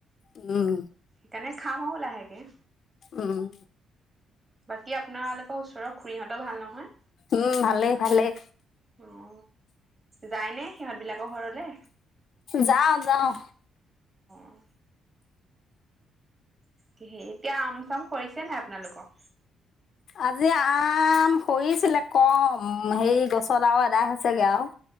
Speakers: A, on the left (about 60°); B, on the right (about 30°).
A: উম।
B: সেইকাৰণে খাম আৰু লাহেকৈ
A: উম
B: বাকী আপোনালোকৰ ওচৰৰ খুৰীহঁতও ভাল নহয়
A: উম ভালেই ভালেই।
B: অ যায় ন সিহঁত বিলাকৰ ঘৰলে।
A: যাওঁ যাওঁ।
B: অঁ কি এতিয়া আম চাম হৰিছে নাই আপোনালোকৰ
A: আজি আম সৰিছিলে কম হে গছত আৰু এদাই হৈছেগে আৰু